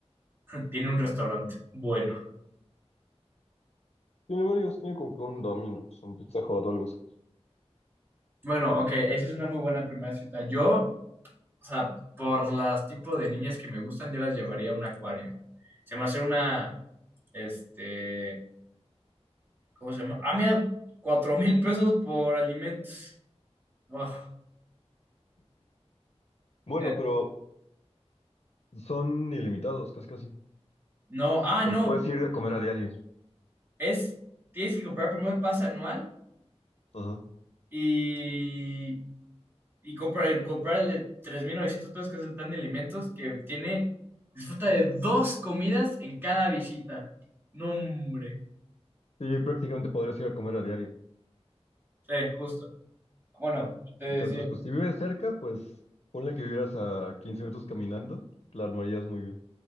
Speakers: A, on the right; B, on the left.
A: <laughs> Tiene un restaurante. Bueno.
B: Tiene varios, tiene como que un Domino's, un Pizza Hut o algo así.
A: Bueno, ok, esa es una muy buena primera cita. Yo, o sea, por las tipos de niñas que me gustan, yo las llevaría a un acuario. Se me hace una, este, ¿cómo se llama? Ah, mira, cuatro mil pesos por alimentos. Wow.
B: Bueno,
A: Eh,
B: pero son ilimitados, casi casi.
A: no, ah,
B: Porque
A: no,
B: puedes ir a comer a diario.
A: es, tienes que comprar primero el pase anual
B: Ajá.
A: y, y comprar, comprar el de 3.900 pesos, que es el plan de alimentos, que tiene, disfruta de dos comidas en cada visita. No, hombre,
B: Sí, prácticamente podrías ir a comer a diario.
A: sí, justo. Bueno, te decía,
B: Entonces, pues si vives cerca, pues ponle que vivieras a 15 minutos caminando, la armarías muy bien.